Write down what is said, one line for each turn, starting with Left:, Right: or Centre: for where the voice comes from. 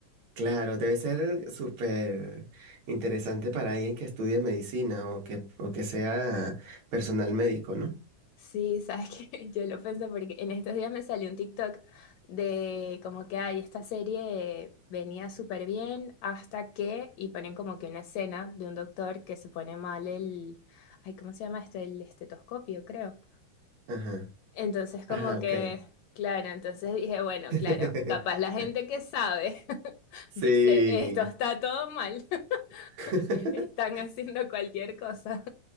Right: Claro, debe ser súper interesante para alguien que estudie medicina o que, o que sea personal médico, ¿no?
Left: Sí, sabes que <laughs> yo lo pensé porque en estos días me salió un TikTok de como que, ay, esta serie venía súper bien hasta que, y ponen como que una escena de un doctor que se pone mal el, ay, ¿cómo se llama esto? El estetoscopio, creo.
Right: Ajá.
Left: Entonces, como
Right: Ajá,
Left: que,
Right: ok.
Left: claro, entonces dije, bueno,
Right: <laughs>
Left: claro, capaz la gente que sabe <laughs>
Right: Sí.
Left: dice, esto está todo mal, <laughs>
Right: <laughs>
Left: están haciendo cualquier cosa.